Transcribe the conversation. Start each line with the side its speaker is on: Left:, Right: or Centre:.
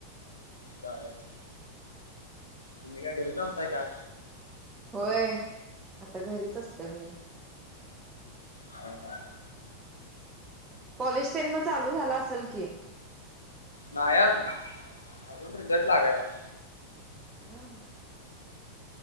Left: जायाच. तुम्ही काय घरीच असताय काय?
Right: होय, आता घरीच असतोय मी.
Left: हो, हा.
Right: कॉलेज, तेन मग चालू झाल असल कि?
Left: नाही, आजून, अजून रिझल्ट लागायचा हाय.
Right: हा, हा.